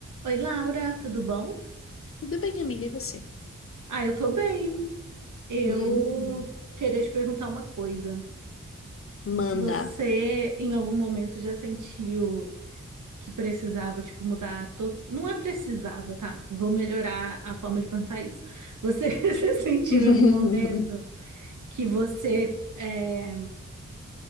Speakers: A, on the right (about 85°); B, on the left (about 50°).
A: Oi, Laura, tudo bom?
B: Tudo bem, amiga, e você?
A: Ah, eu tô bem. Eu
B: Hum,
A: queria te perguntar uma coisa.
B: manda.
A: Você, em algum momento, já sentiu que precisava, tipo, mudar? to- Não é precisava, tá? Vou melhorar a forma de perguntar isso. Você <laughs> se sentiu
B: <laughs>
A: em algum momento que você, é,